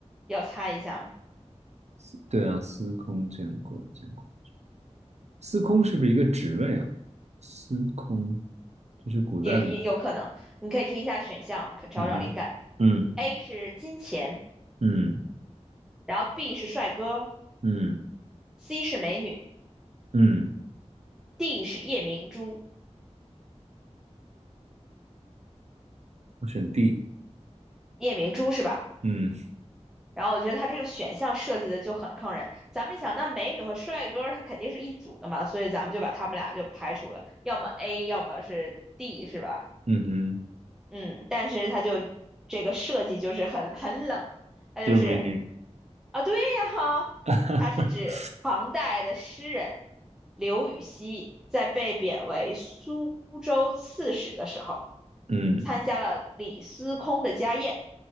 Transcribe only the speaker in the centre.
要猜一下吗？
也也有可能，你可以听一下选项，可找找灵感。
A 是金钱，
然后 B 是帅哥
，C 是美女
，D 是夜明珠。
夜明珠是吧？
然后我觉得它这个选项设计的就很坑人。咱们想，那美女和帅哥他肯定是一组的嘛，所以咱们就把他们俩就排除了，要么 A，要么是 D，是吧？
嗯，但是他就这个设计就是很很冷，他就是
啊，对呀哈，
他是指唐代的诗人刘禹锡在被贬为苏州刺史的时候，
参加了李司空的家宴，